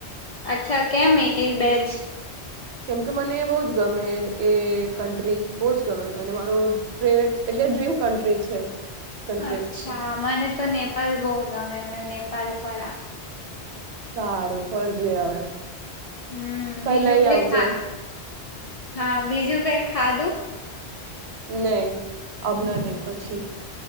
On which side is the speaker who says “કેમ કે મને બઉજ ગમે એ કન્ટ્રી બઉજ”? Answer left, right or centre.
Right